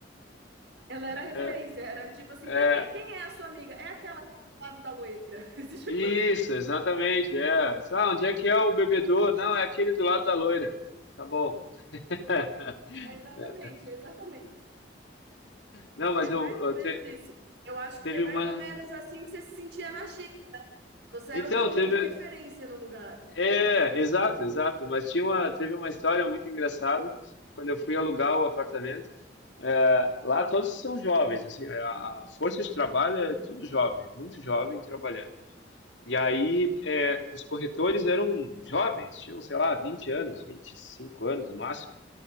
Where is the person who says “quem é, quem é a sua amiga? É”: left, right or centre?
Right